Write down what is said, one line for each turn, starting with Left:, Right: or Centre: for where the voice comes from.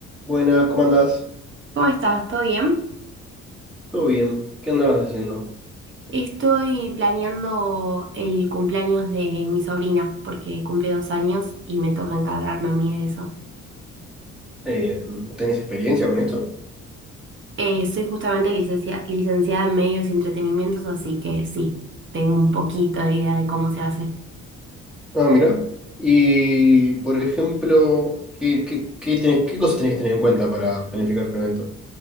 Centre: Buenas, ¿cómo andás?
Right: ¿Cómo estás? ¿Todo bien?
Centre: ¿Todo bien? ¿Qué andabas haciendo?
Right: Estoy planeando el cumpleaños de mi sobrina porque cumple dos años y me toca encargarme a mí de eso.
Centre: Eh, ¿tenés experiencia con esto?
Right: Eh, soy justamente licencia- licenciada en medios y entretenimientos, así que sí, tengo un poquito de idea de cómo se hace.
Centre: Ah, mira. Y, por ejemplo, ¿qué, qué, qué tenés- qué cosas tenés que tener en cuenta para planificar un evento?